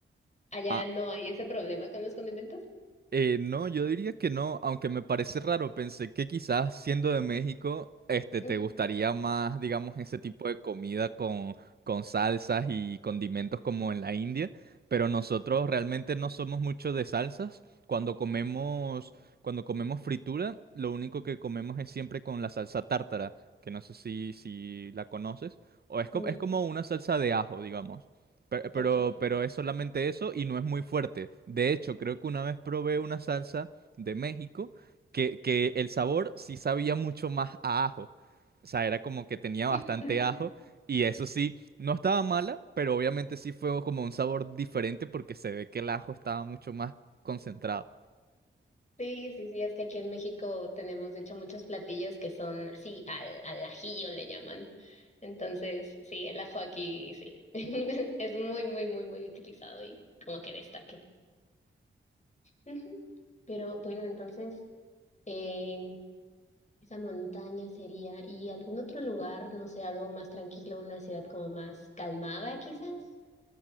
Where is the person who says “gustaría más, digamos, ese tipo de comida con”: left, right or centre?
Right